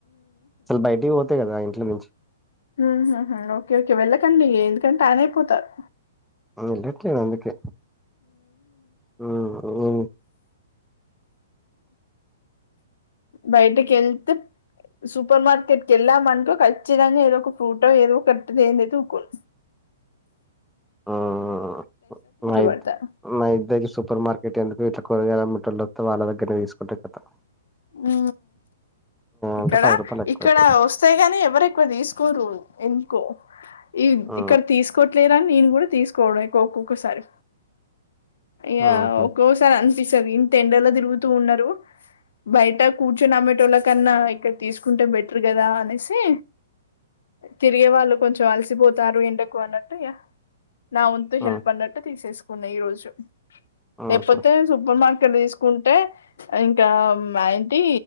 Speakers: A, in the centre; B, on the left (about 60°).
A: అసలు బయటికి పోతే గదా ఇంటి నుంచి
B: ఊహుహు ఓకే ఓకే వెళ్ళకండి ఎందుకంటే టాన్ అయిపోతారు
A: ఆ ఎల్లట్లేదు అందుకే ఆ.. అ
B: బయటకిళ్తే సూపర్ మార్కెట్కెళ్ళామనుకో ఖచ్చితంగా ఏదో ఒక ఫ్రీఫ్రూటో ఏదో ఒకది తెందైతే ఊకొను
A: ఆ.... ఆహా నయిత్
B: పడతారు
A: నయిదగి సూపర్ మార్కెట్ ఎంత వీట్లో కూరగాయలు అమ్మెటోళ్ళు వొస్తే వాళ్ళ దగ్గరనే తీసుకుంటే కతం.
B: ఊ ఇక్కడ,
A: అంటే పది రూపాయలు ఎక్కువైతది
B: ఇక్కడ వస్తాయి గానీ ఎవరు ఎక్కువ తీసుకోరు ఎందుకో ఈ
A: ఆ
B: ఇక్కడ తీసుకోట్లేరని నేను కూడా తీసుకోవడం ఎకో ఒక్కొక్కసారి యా
A: ఆహా
B: ఒక్కోసారి అనిపిస్త తెరియు ఇంతేండలా తిరుగుతూ ఉన్నరు బయట కూర్చొని అమెట్టోల కన్నా ఇక్కడ తీసుకుంటే బెటర్ గదా అనేసి, తిరిగే వాళ్ళు కొంచెం అలసిపోతారు ఎండకు అన్నట్టు ఇగా,. నావుంతు హెల్ప్
A: ఆ
B: అన్నట్టు తీసేసుకు కొన్న ఈ రోజు.
A: ఆహా
B: లేప్పోతే సూపర్ మార్కెట్ ఇక్కడ్ తీసుకుంటే ఇంకా వాయ్ టీ